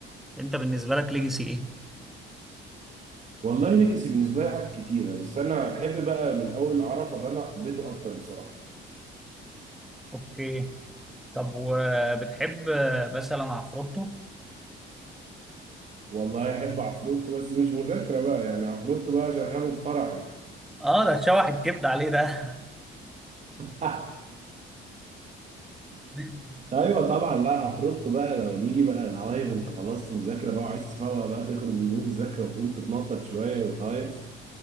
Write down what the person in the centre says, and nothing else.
انت بالنسبه لك ليجاسي ايه
اوكي طب وبتحب آه، مثلا عفروتو
اه ده تشوح الكبد عليه ده
<laughs>